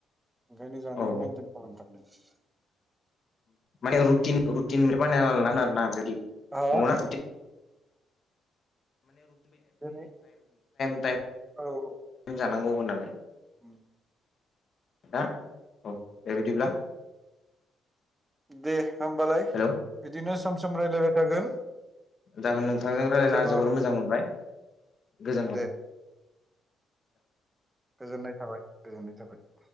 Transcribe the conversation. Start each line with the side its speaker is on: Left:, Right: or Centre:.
Right: ओंखायनो जानायखौ
Left: औ
Right: मेेनटेन खालामथारनांगो।
Left: माने रु रुन बानायना लांगोन आरोना बिदि
Right: आहा
Left: नंगौना?
Right: दिनै
Left: <unintelligible>
Right: औ औ।
Left: जानांगौ होननानै।
Right: औ
Left: ना औ दे बिदिब्ला।
Right: दे होमबालाय
Left: हेलौ
Right: बिदिनो सम सम राय्लायबाय थागोन।
Left: जागोन नोंथांजों रायज्लायना
Right: गोजोन
Left: जोबोर
Right: हर
Left: मोजां मोनबाय गोजोन हर।
Right: दे गोजोननाय थाबाय गोजोननाय थाबाय।